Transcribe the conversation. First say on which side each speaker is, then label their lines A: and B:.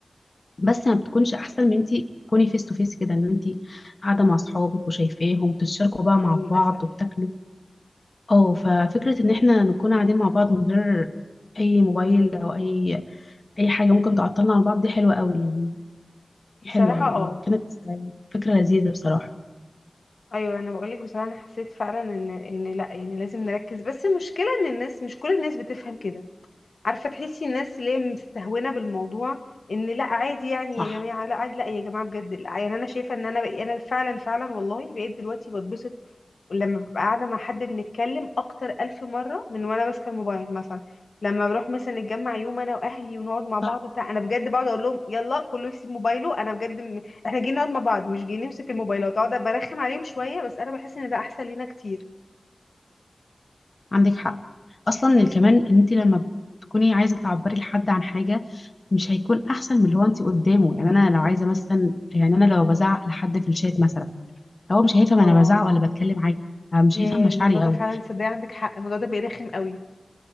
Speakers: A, on the left; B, on the left.
A: بس ما بتكونش احسن من انت تكوني فيس تو فيس كده ان انت قاعده مع اصحابك وشايفاهم تتشاركوا بقى
B: اه
A: مع
B: للاسف
A: بعض وبتاكلوا اه ففكره ان احنا نكون قاعدين مع بعض من غير اي موبايل او اي اي حاجه ممكن تعطلنا عن بعض دي حلوه قوي يعني
B: بصراحه
A: حلوه وكانت
B: اه
A: فكره لذيذه بصراحه
B: ايوه انا بقولك بصراحه انا حسيت فعلا ان ان لا يعني لازم نركز بس المشكله ان الناس مش كل الناس بتفهم كده عارفه تحسي الناس اللي هي مستهونه بالموضوع ان لا عادي يعني
A: صح
B: يا جماعه لا عادي لا يا جماعه بجد لا يعني انا شايفه ان انا بقى انا فعلا فعلا والله بقيت دلوقتي بتبسط لما ببقى قاعده مع حد بنتكلم اكتر الف مره من وانا ماسكه الموبايل مثلا لما بروح مثلا نتجمع يوم انا واهلي ونقعد مع بعض
A: صح
B: وبتاع انا بجد بقعد اقول لهم يلا كله يسيب موبايله انا بجد م... احنا جايين نقعد مع بعض مش جايين نمسك الموبايلات اقعد برخم عليهم شويه بس انا بحس ان ده احسن لينا كتير
A: عندك حق اصلا كمان ان انت لما تكوني عايزه تعبري لحد عن حاجه مش هيكون احسن من اللي هو انت قدامه يعني انا لو عايزه مثلا يعني انا لو بزعق لحد في الشات مثلا هو مش هيفهم انا
B: اه
A: بزعق ولا بتكلم عادي آه، مش
B: يا
A: هيفهم مشاعري
B: الموضوع ده
A: قوي
B: فعلا صدق عندك حق الموضوع ده بيرخم قوي